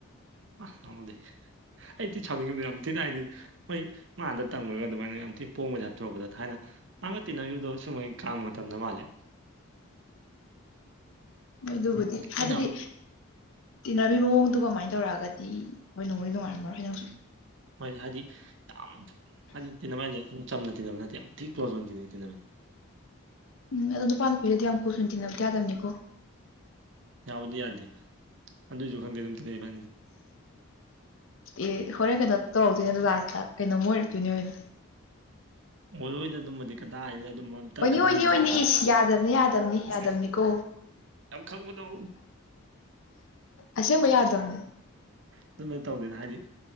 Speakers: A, on the right; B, on the left.
A: ꯑ ꯊꯃꯗꯤ ꯑꯩꯗꯤꯤ ꯁꯥꯅꯤꯡꯉꯅꯤ ꯌꯥꯝ ꯊꯤꯅ ꯍꯥꯏꯗꯤ ꯍꯣꯏ ꯃꯥꯗ ꯇꯝꯉꯨꯔꯒ ꯑꯗꯨꯃꯥꯏꯅ ꯌꯥꯝ ꯊꯤꯅ ꯄꯣꯡꯕꯗ ꯇꯣꯔꯔꯨꯕꯗ ꯊꯥꯏꯅ ꯑꯒꯛꯤꯟ ꯅꯪꯗꯣ ꯁꯨꯝꯃꯥꯏ ꯀ ꯀꯥꯡꯝꯃ ꯃꯇꯝꯗ ꯃꯥꯂꯦ
B: ꯃꯣꯏ ꯑꯗꯨꯕꯨꯗꯤ ꯍꯥꯏꯕꯗꯤ
A: ꯑꯩꯅ
B: ꯇꯤꯟꯅꯔꯃꯤ ꯃꯑꯣꯡꯗꯨꯒ ꯀꯃꯥꯏꯅ ꯇꯧꯔꯛꯑꯒꯗꯤ ꯍꯣꯏ ꯅꯣꯡꯗꯤ ꯅꯨꯡꯉꯥꯏꯔꯝꯃꯔꯣꯏ ꯍꯣꯏ ꯅꯪꯁꯨ
A: ꯍꯣꯏ ꯍꯥꯏꯗꯤ ꯌꯥꯝ ꯍꯥꯏꯗꯤ ꯇꯤꯟꯅꯕꯟꯁꯦ ꯑꯗꯨꯨꯝ ꯆꯝꯅ ꯇꯤꯟꯅꯕ ꯅꯠꯇꯦ ꯌꯥꯝ ꯊꯤ ꯀ꯭ꯂꯣꯖ ꯑꯣꯏꯅ ꯇꯤꯟꯅꯩ ꯇꯤꯟꯅꯕꯟ
B: ꯎꯝ ꯑꯗꯣ ꯅꯨꯄꯥꯥꯟꯗ ꯄꯤꯔꯗꯤ ꯌꯥꯝ ꯀꯨꯁꯨꯅ ꯇꯤꯟꯅꯕꯗꯤ ꯌꯥꯗꯕꯅꯤꯀꯣ
A: ꯌꯥꯕꯗꯤ ꯌꯥꯗꯦ ꯑꯗꯨꯏꯁꯨ ꯈꯪꯗꯦ ꯑꯗꯨꯝ ꯇꯤꯉꯩꯏ ꯐꯅꯤꯁꯦ
B: ꯑꯦ ꯍꯣꯔꯦꯟ ꯀꯩꯅꯣ ꯇꯧꯔꯛꯇꯣꯏꯅꯦ ꯂꯇ ꯀꯩꯅꯣꯝ ꯑꯣꯏꯔꯛꯇꯣꯏꯅꯦ ꯑꯣꯏꯅ
A: ꯑꯣꯏꯔꯣꯏꯗ ꯑꯗꯨꯝꯃꯗꯤ ꯀꯇꯥ ꯍꯥꯏꯁꯤꯗ ꯑꯗꯨꯝ
B: ꯑꯣꯏꯅꯤ
A: ꯈꯟꯕꯤꯕ
B: ꯑꯣꯏꯅꯤ ꯑꯣꯏꯅꯤ
A: ꯃꯤ ꯅꯠꯇꯦ
B: ꯌꯥꯗꯕꯅꯤ ꯌꯥꯗꯕꯅꯤ
A: ꯏꯁ
B: ꯌꯥꯗꯕꯅꯤꯀꯣ
A: ꯏꯁ ꯌꯥꯝ ꯈꯪꯕꯗꯣ
B: ꯑꯁꯦꯡꯕ ꯌꯥꯗꯕꯅꯤ
A: ꯑꯗꯨꯃꯥꯏꯅ ꯇꯧꯗꯦꯅ ꯍꯥꯏꯗꯤ